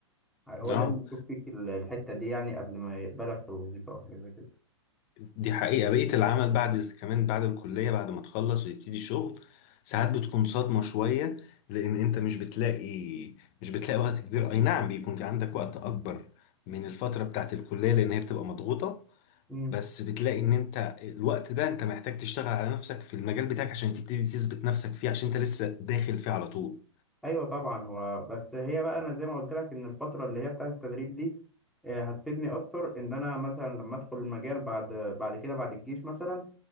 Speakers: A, in the centre; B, on the left.
A: هو
B: اه
A: لازم يشوف فيك ال- الحتة دي يعني قبل ما يقبلك في الوظيفة أو حاجة زي كده
B: دي حقيقة بقية العمل بعد كمان بعد الكلية بعد ما تخلص ويبتدي شغل ساعات بتكون صدمة شوية لأن أنت مش بتلاقي مش بتلاقي وقت كبير أي نعم بيكون في عندك وقت أكبر من الفترة بتاعت الكلية لأن هي بتبقى مضغوطة
A: مم.
B: بس بتلاقي إن أنت الوقت ده أنت محتاج تشتغل على نفسك في المجال بتاعك عشان تبتدي تثبت نفسك فيه عشان أنت لسه داخل فيه على طول
A: أيوة طبعا هو بس هي بقى أنا زي ما قلت لك إن الفترة اللي هي بتاعة التدريب دي آه، هتفيدني أكتر إن أنا مثلا لما أدخل المجال بعد بعد كده بعد الجيش مثلا